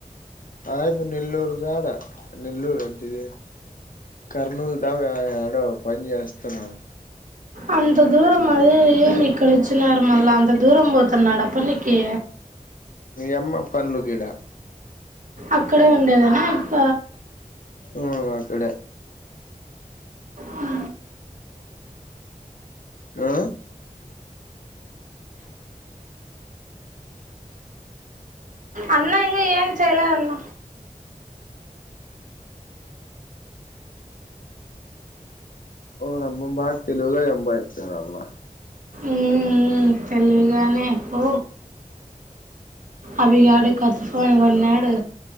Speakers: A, on the left; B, on the right.
A: ఆ ఇప్పు నెల్లూరు కాడ నెల్లూరు అంటిది కర్నూలు దా వ ఏడో పని చేస్తున్నాడు
B: అంత దూరం మళ్ళీ ఏమిక్కడచ్చన్నారు మళ్ళఅంత దూరం పో కన్నాడప్ప నికె
A: ఎమ్మ పంలుగడా
B: అక్కడే ఉండేదనా ఇప్ప
A: ఆ అక్కడే
B: ఆ
A: ఆ
B: అన్నా ఇగ ఎం చేయలేదన్న
A: ఓ నమ్ బా తెలుగుగా చెబయితే అన్న
B: ఊఉ తెలివిగానే అప్పు అవిగాడు కథఫ వెళ్ళాడు